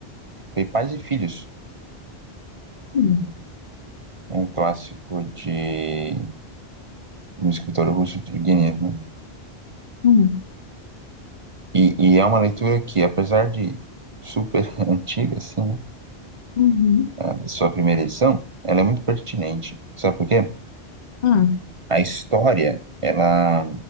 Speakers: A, on the right (about 40°); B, on the left (about 45°).
A: foi Pais e Filhos,
B: Hum,
A: um clássico de, do escritor russo Turgenev, né?
B: hum,
A: E, e é uma leitura que, apesar de super <laughs> antiga, assim, né,
B: uhum,
A: a da sua primeira edição, ela é muito pertinente. Sabe por quê?
B: Hum,
A: A história, ela